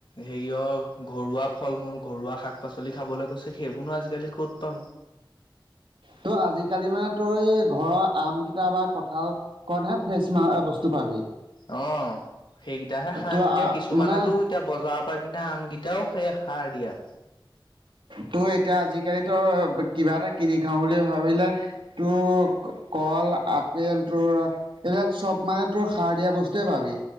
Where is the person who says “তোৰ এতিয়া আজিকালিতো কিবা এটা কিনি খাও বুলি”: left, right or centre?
Right